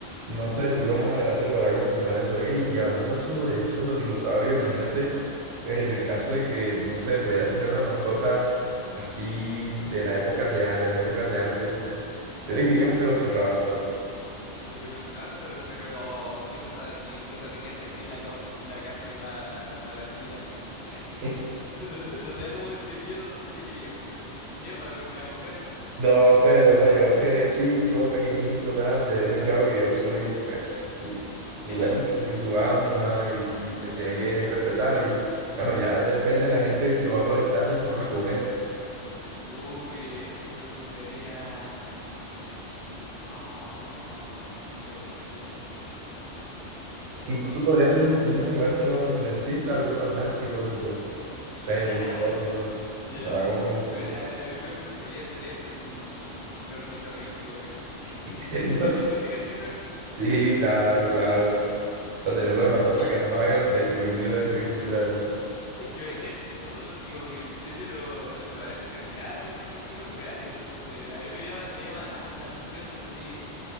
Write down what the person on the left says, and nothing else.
Un velociraptor, pero oh, ¿qué pasa si puta te quedaste sin la, co- sin la carne pa- para el día?
<laughs> ¿No, no- no te da como ese miedo así de que eh, mierda, weón, me va a comer
el
alfa?
Uy, a mí me gustaría... Oh, ¿qué podría ser? Eh,
<laughs>
ya,
weón, a, a mí me gustaría tener un, un ornitorrinco, weón.
No
sé si has visto Phineas y Ferb.
Es que
Es que me decía chistoso porque como que el diseño no, no se parece casi nada a los ornitorrincos reales, entonces a mí me llaman, me llaman harto la atención, ¿no? así,